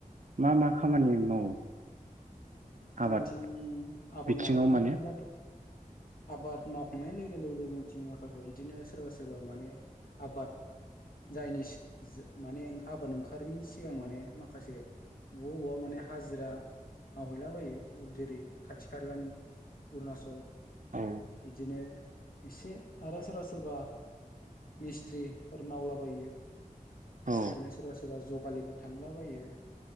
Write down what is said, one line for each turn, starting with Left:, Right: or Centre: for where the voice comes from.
Right: मा मा खामानि मावो आबाद
Left: जोंथिं आबाद
Right: बिथिङाव
Left: मावखांनायनि
Right: माने
Left: अनगाथ' आबाद मावखांनाय लोगो लोगो जोंथि माखासे बिदिनो सोरबा सोरबा माने आबाद जायनि माने आबाद ओंखारिनि सिगां माने माखासे बबावबा अबावबा माने हाजिरा हैलाबायो जेरै खाथि खालानि अरुणाचल
Right: औ
Left: बिदिनो एसे आरो सोरबा सोरबा मिस्ट्रिफोर मावलाबायो।
Right: औ
Left: बिदिनो सोरबा सोरबा जगालिबो थांलाबायो